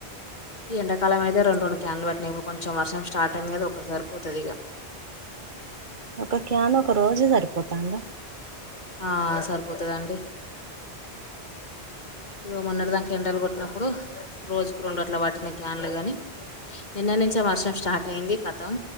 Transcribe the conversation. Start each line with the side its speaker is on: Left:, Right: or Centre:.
Left: ఎండక్ కాలమయితే రెండు రెండు క్యాన్లు పట్టినయ్ కొంచెం వర్షం స్టార్ట్ అయింది గద ఒకటి సరిపోతదిక
Right: ఒక క్యాన్ ఒక రోజే సరిపోతాందా
Left: ఆ సరిపోతదండి ఇగ మొన్నటి దాంకా ఎండలు కొట్టినప్పుడు రోజుకు రెండట్ల పట్టినయ్ క్యాన్లు గని నిన్నడ్నించే వర్షం స్టార్ట్ అయింది కతం